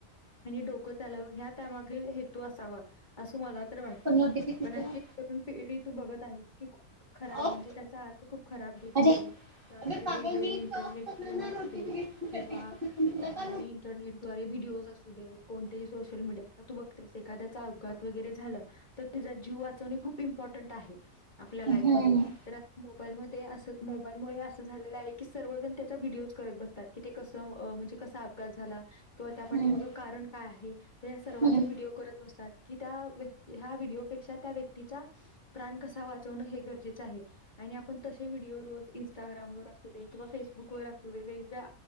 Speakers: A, on the left; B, on the right.
A: आणि डोकं चालावं... ह्या... त्यामागे हे -तू असावा... असं मला तर वाट
B: पण नोटिफिकेशन
A: पण... अशी तरुण पिढी.. तू बघत आहेस... की खूप खराब
B: ऑफ
A: म्हणजे... त्याचा अर्थ खूप खराब घेत
B: अरे
A: आहेत... त्या
B: अबे
A: द्वारे
B: पागल
A: वेगवेगळे
B: मी इथं
A: इंटरनेट
B: ऑफ करणार
A: गेम
B: नाही
A: असू
B: नोटिफिकेशन
A: देत किंवा...
B: तुला
A: अं...
B: का
A: इंटरनेट द्वारे व्हिडीओज असू देत कोणतंही सोशल मीडिया... आता तू बघतेस... एखद्याचा अपघात वगैरे झाला तर तिचा जीव वाचवणे... खूप इम्पॉर्टंट आहे... आपल्या लाईफ
B: हम्म
A: मध्ये... तर आता मो मोबाईलमध्ये असं... मोबाईलमुळे असं झालेलं आहे की... सर्व जण... त्याचा व्हिडिओच करत बसतात... की ते कसं... अं... म्हणजे कसा अपघात झाला? किंवा त्या पाठीमागं
B: हम्म.
A: कारण काय आहे... तर ह्या सर्वाचा
B: हम्म
A: व्हिडिओ करत बसतात... की त्या व्यक्ती ह्या व्हिडिओपेक्षा.. त्या व्यक्तीचा... प्राण कसा वाचवणं... हे गरजेचं आहे. आणि आपण.. तसे व्हिडिओ रोज... इंस्टाग्राम वर... असू दे... किंवा फेसबुकवर असू दे सो... वेगवेगळ्या